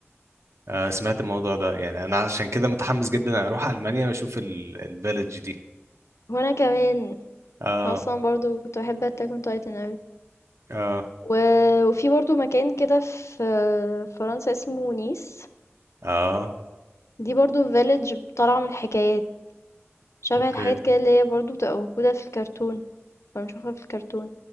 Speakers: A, on the right; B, on the left.
A: آه، سمعت الموضوع ده يعني انا عشان كده متحمس جدا اروح المانيا واشوف الفيلج دي
B: وأنا كمان
A: اه
B: أنا أصلا برضو كنت بحب Attack on Titan أوي
A: اه
B: و... وفي برضو مكان كده في فرنسا اسمه نيس
A: اه
B: دي برضو فيلج طالعة من الحكايات شبه
A: اوكي
B: الحاجات كده اللي هي برضو بتبقى موجودة في الكرتون بنشوفها في الكرتون